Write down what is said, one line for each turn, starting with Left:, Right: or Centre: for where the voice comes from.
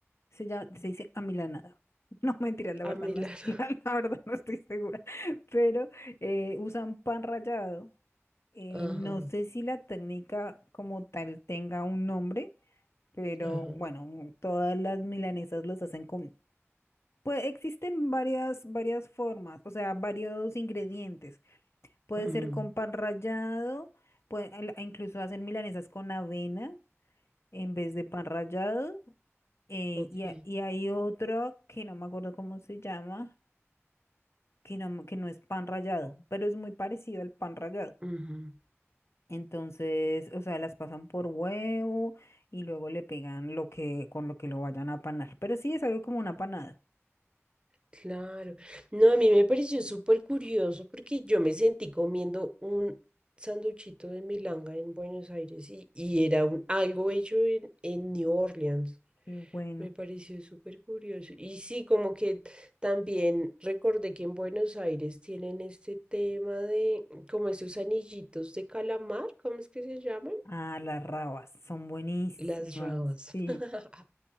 Left: Se llama, se dice amilanada. <laughs> No, mentira, la
Right: A
Left: verdad
Right: Milana.
Left: no es, <laughs> la, la verdad no estoy segura. Pero eh, usan pan rallado. Eh,
Right: Ajá,
Left: no sé si la técnica como tal tenga un nombre, pero
Right: ajá.
Left: bueno, todas las milanesas los hacen con... Pues existen varias, varias formas, o sea, varios ingredientes. Puede
Right: ujú,
Left: ser con pan rallado, puede- al- incluso hacen milanesas con avena en vez de pan rallado, eh,
Right: Ok.
Left: y, ha- y hay otro que no me acuerdo cómo se llama, que no, me- que no es pan rallado, pero es muy parecido al pan rallado.
Right: ujú.
Left: Entonces, o sea, las pasan por huevo y luego le pegan lo que, con lo que lo vayan a panar. Pero sí es algo como una panada.
Right: Claro. No, a mí me pareció súper curioso porque yo me sentí comiendo un sanduchito de milanga en Buenos Aires y, y era un- algo hecho en, en New Orleans.
Left: Qué bueno.
Right: Me pareció súper curioso. Y sí, como que también recordé que en Buenos Aires tienen este tema de como esos anillitos de calamar, ¿cómo es que se llaman?
Left: Ah, las rabas son buenísimas.
Right: Las ramas.
Left: Sí,
Right: <laughs>